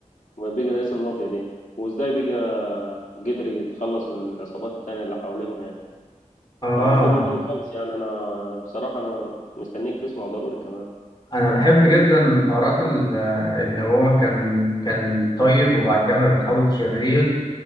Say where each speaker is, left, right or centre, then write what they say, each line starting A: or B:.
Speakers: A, on the left; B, on the left.
A: بيجي رئيس المافيا دي وإزاي بيجي قدر يتخلص من العصابات التانية اللي حواليهم يعني
B: اه
A: فالفيلم حلو خالص يعني أنا بصراحة أنا مستنيك تسمعه ضروري كمان
B: انا بحب جدا من حوارات ال- ان هو كان كان طيب وبعد كده بقى بيتحول شرير